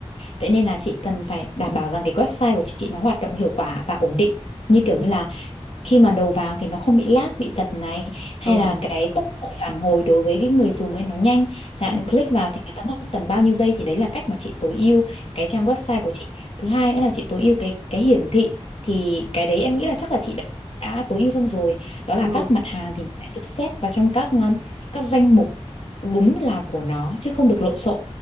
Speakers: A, on the left (about 60°); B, on the right (about 30°).
A: vậy nên là chị cần phải đảm bảo rằng cái website của chị nó hoạt động hiệu quả và ổn định như
B: ừ
A: kiểu như là khi mà đầu vào thì nó không bị lag bị giật này hay
B: ừ
A: là cái tốc độ phản hồi đối với cái người dùng ấy nó nhanh chẳng
B: ừ
A: hạn click vào thì người ta mất tầm bao nhiêu giây thì đấy là cách mà chị tối ưu cái trang website của chị thứ hai nữa là chị tối ưu cái cái hiển thị thì cái đấy em nghĩ là chắc là chị đã, đã tối ưu xong rồi đó là
B: ừ
A: các mặt hàng thì nó sẽ được xét vào trong các um, các danh mục đúng là của nó chứ không được lộn xộn